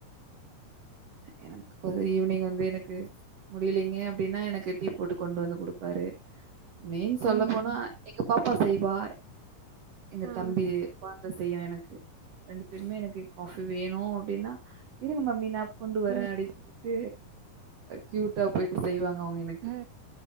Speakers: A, on the right; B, on the right.
A: எனக்கு கொஞ்சோ ஈவ்னிங் வந்து எனக்கு முடியலீங்க அப்டின்னா எனக்கு டீ போட்டு கொண்டு வந்து குடுப்பாரு மெயின் சொல்ல
B: ம்
A: போனா எங்க பாப்பா செய்வா எங்க
B: ஆ
A: தம்பி கொழந்த செய்யு எனக்கு ரெண்டு பேருமே எனக்கு காஃபி வேணு அப்டின்னா இருங்க மம்மி நா கொண்டு வரேன்
B: ம்
A: அப்டி டு கியூட்டா போயிட்டு செய்வாங்க அவுங்க எனக்கு
B: ஆ